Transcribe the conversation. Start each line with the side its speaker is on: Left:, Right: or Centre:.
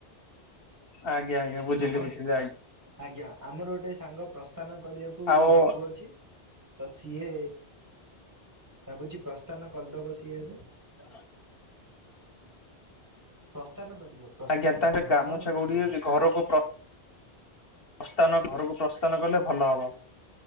Left: ଆଜ୍ଞା ଆଜ୍ଞା। ବୁଝିଲି
Right: ଆମର
Left: ବୁଝିଲି ଆଜ୍ଞା
Right: ଆଜ୍ଞା ଆମର ଗୋଟେ ସାଙ୍ଗ ପ୍ରସ୍ଥାନ କରିବାକୁ
Left: ଆଉ
Right: ଭାବୁଅଛି। ତ ସିଏ ଭାବୁଛି ପ୍ରସ୍ଥାନ କରିଦବ ସିଏ ଏବେ
Left: ହ
Right: ପ୍ରସ୍ଥାନ କରିବ। ପ୍ରସ୍ଥାନ
Left: ଆଜ୍ଞା ତାଙ୍କ
Right: ଗମନ
Left: ଗାମୁଛା
Right: କରିବ
Left: ଗୁଡି
Right: ଘରୁ।
Left: ଘରକୁ ପ୍ରସ୍ଥାନ ଘରକୁ ପ୍ରସ୍ଥାନ କଲେ ଭଲ ହବ।